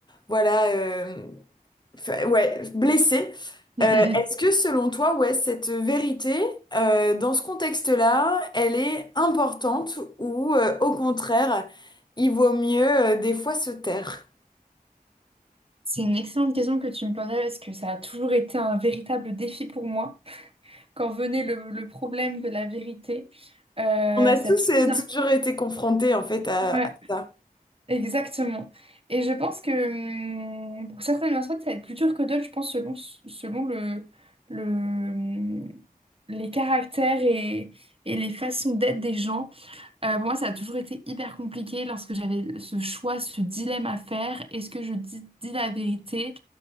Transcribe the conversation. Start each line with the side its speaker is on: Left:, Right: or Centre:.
Left: voilà, euh, fa- ouais, blesser.
Right: Mm,
Left: Euh,
Right: mm, mm.
Left: est-ce que selon toi, ouais, cette vérité, euh, dans ce contexte-là, elle est importante ou euh, au contraire, il vaut mieux euh, des fois se taire?
Right: C'est une excellente question que tu me posais parce que ça a toujours été un véritable défi pour moi. Quand venait le, le problème de la vérité, euh,
Left: On a
Right: ça
Left: tous
Right: a toujours
Left: euh,
Right: été
Left: toujours
Right: un-
Left: été confrontés en fait à,
Right: ouais,
Left: à ça.
Right: exactement. Et je pense que hum, pour certaines personnes, ça va être plus dur que d'autres, je pense, selon, selon le, le, hum, les caractères et, et les façons d'être des gens. Euh, pour moi, ça a toujours été hyper compliqué lorsque j'avais ce choix, ce dilemme à faire. Est-ce que je dis, dis la vérité